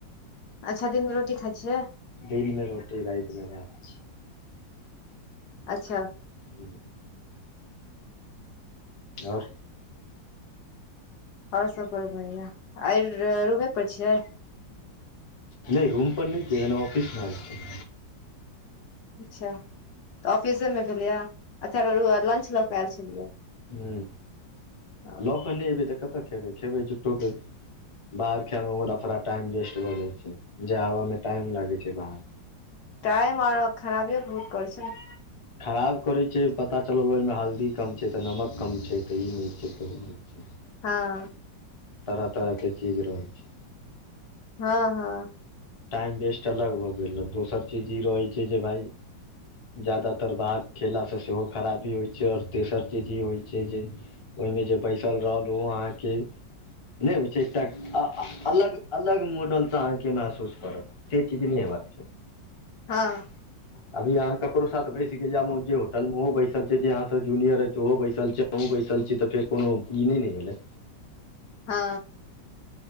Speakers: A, on the left (about 65°); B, on the left (about 45°).
A: अच्छा दिन में रोटी खाइ छियै
B: दिन में रोटी राइतमे भात
A: अच्छा
B: हं ओर
A: ओर सब बहुत बढ़िआं आय रू रूमे पर छियै
B: नय रूम पर नय छियइ खन ऑफिस एल छियै
A: अच्छा तऽ ऑफिसेमे भेलै ये अच्छा फेर लंच लऽ कऽ एल छलियै
B: हं
A: ओ
B: लऽ कऽ नय एबै तऽ कतऽ खेबै खेबै जुटटोके बाहर खए में परा फोड़ा टाइम वेस्ट भऽ जाय छै जा आबय में टाइम लागे छै बाहर
A: टाइम आओर खराबी बहुत करै छै नऽ
B: खराब करैत छै पता चलल ओहिमे हल्दी कम छै तऽ नमक कम छै तऽ ई नहि छै तऽ नहि छै
A: हँ
B: तरह तरह के चीज रहै छै
A: हँ हँ
B: टाइम वेस्ट अलग भऽ गेल ह दोसर चीज ई रहैत छै जे भइ ज्यादातर भात खेलासँ सेहो खराबी होइत छै आओर तेसर चीज ई होइ छै जे ओहिमे जे बैसल रहल ओहो अहाँके नहि होइ छै एकटा अलग अलग मॉडल से अहाँ के महसूस करब से चीज नहि हबय क छाहि
A: हँ
B: अभी यहाँ ककरो साथ बैस गेल जे होटल मे ओहो बैसल छै जे अहाँ जूनियर ओहो बैसल छै अहूँ बैसल छी तऽ फेर कोनो ई नहि नहि भेलैय
A: हँ